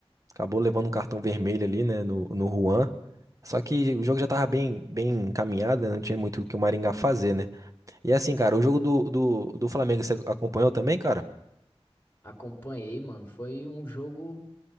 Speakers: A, on the right; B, on the left.
A: acabou levando um cartão vermelho ali, né, no, no Juan. Só que o jogo já tava bem, bem encaminhado, né? Não tinha muito o que o Maringá fazer, né? E assim, cara, o jogo do, do, do Flamengo você acompanhou também, cara?
B: Acompanhei, mano. Foi um jogo.